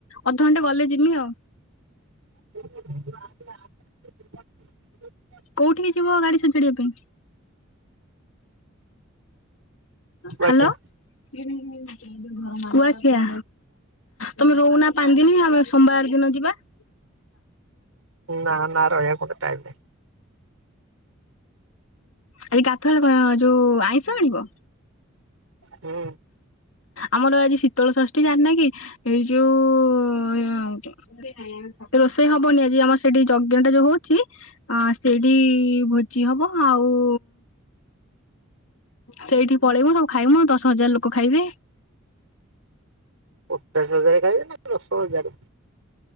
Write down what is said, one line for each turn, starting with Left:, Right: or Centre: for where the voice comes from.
Left: ଅଧଘଣ୍ଟା ଗଲେ ଯିମି ଆଉ।
Right: <inaudible>
Left: କୋଉଠି କି ଯିବ ଗାଡ଼ି ସଜାଡ଼ିବା ପାଇଁ।
Right: କୁଆଖିଆ।
Left: ହ୍ୟାଲୋ <inaudible> କୁଆଖିଆ ତମେ ରହୁନା ପା ଦିନି ଆମେ ସୋମବାର ଦିନ ଯିବା। <inaudible>
Right: ନା ନା ରହିବା କୁ ମତେ ଟାଇମ୍ ନାହିଁ।
Left: ଆଜି ଗାଧୁଆଳେ କ ଯୋଉ ଆଇଁଷ ଆଣିବ।
Right: ହୁଁ।
Left: ଆମର ଆଜି ଶୀତଳ ଷଷ୍ଠୀ ଜାଣିନା କି ଏଇ ଯୋଉ ଉଁ ରୋଷେଇ ହବନି ଆଜି ଆମର ସେଠି ଯଜ୍ଞ ଟା ଯୋଉ ହୋଉଚି ଅଁ ସେଇଠି ଭୋଜି ହବ ଆଉ ସେଇଠି ପଳେଇମୁ ସବୁ ଖାଇମୁ ଦଶ ହଜାର୍‌ ଲୋକ ଖାଇବେ।
Right: ପଚାଶ ହଜାର୍ ଖାଇବେ ନା ଦଶ ହଜାରେ।